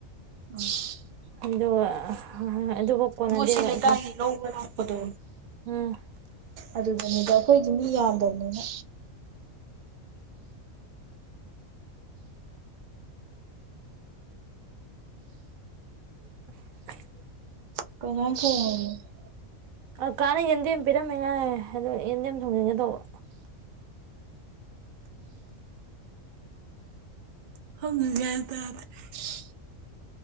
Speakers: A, on the right; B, on the right.
A: <unintelligible>
B: ꯑꯗꫭ ꯑꯗꯨꯕꯨ ꯀꯣꯟꯅꯗꯦ
A: ꯃꯣꯏꯁꯤ
B: ꯋꯥꯍꯦ
A: ꯂꯩꯀꯥꯏꯒꯤ ꯂꯧꯕ ꯂꯥꯛꯄꯗꯣ
B: ꯎꯝ꯫
A: ꯑꯗꯨꯗꯅꯤꯗ ꯑꯩꯈꯣꯏꯒꯤ ꯃꯤ ꯌꯥꯝꯗꯕꯅꯤꯅ꯫
B: <unintelligible>
A: <inaudible>
B: ꯑ ꯀꯥꯟꯅ ꯌꯦꯟꯗꯦꯝ ꯄꯤꯔꯝꯃꯤꯉꯥꯏ ꯑꯗꯨ ꯌꯦꯟꯗꯦꯝ ꯊꯣꯡꯖꯤꯟꯒꯦ ꯇꯧꯕ꯫
A: <inaudible>